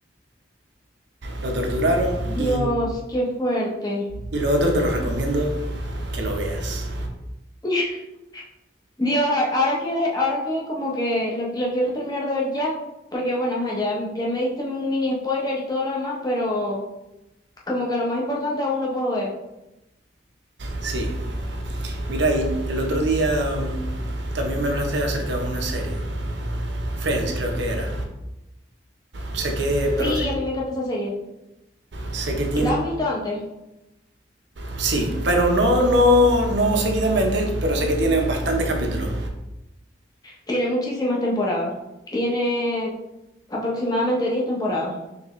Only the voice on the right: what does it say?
Lo torturaron
y,
y lo otro te lo recomiendo que lo veas.
Sí. Mira, y el otro día mm, también me hablaste acerca de una serie. Friends creo que era. Sé que, pero
sé que,
sé que tiene,
sí, pero no, no, no seguidamente, pero sé que tiene bastantes capítulos,